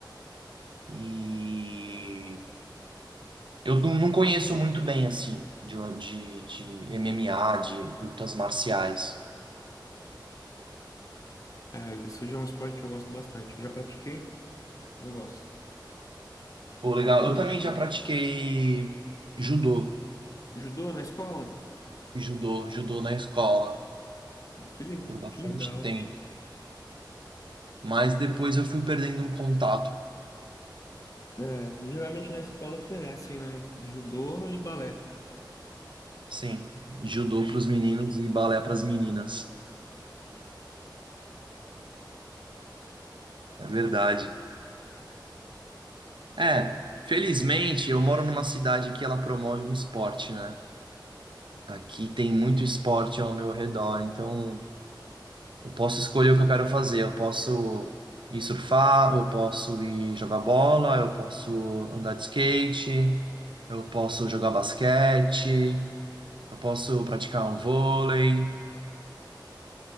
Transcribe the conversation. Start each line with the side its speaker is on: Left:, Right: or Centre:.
Right: E eu não não conheço muito bem, assim, de, de, de MMA, de lutas marciais.
Left: É, isso já é um esporte que eu gosto bastante. Eu já pratiquei, eu gosto.
Right: Pô, legal. Eu também já pratiquei judô,
Left: Judô na escola?
Right: judô, judô na escola
Left: Que, le-
Right: por bastante
Left: que legal.
Right: tempo. Mas depois eu fui perdendo um contato.
Left: É, geralmente na escola oferecem, né? Judô e balé.
Right: Sim, judô para os meninos e balé para as meninas. É verdade. É, felizmente eu moro numa cidade que ela promove o esporte, né? Aqui tem muito esporte ao meu redor, então Eu posso escolher o que eu quero fazer. Eu posso ir surfar, eu posso ir jogar bola, eu posso andar de skate, eu posso jogar basquete, eu posso praticar um vôlei.